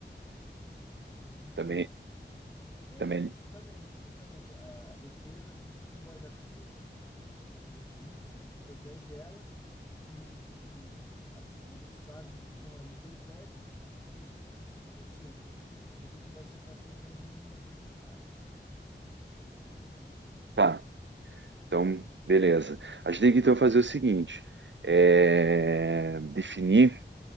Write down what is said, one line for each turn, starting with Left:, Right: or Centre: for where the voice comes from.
Left: então,
Right: Também,
Left: é,
Right: também,
Left: justamente, justamente, a, defesa é como se fosse um guarda-chuva antimíssil que protege ela e os, as- os hexágonos que estão ali bem perto por ser com cem por cento À medida que vai se afastando, vai diminuindo a porcentagem, entendeu?
Right: tá. Então, beleza. A gente tem que então fazer o seguinte: é, definir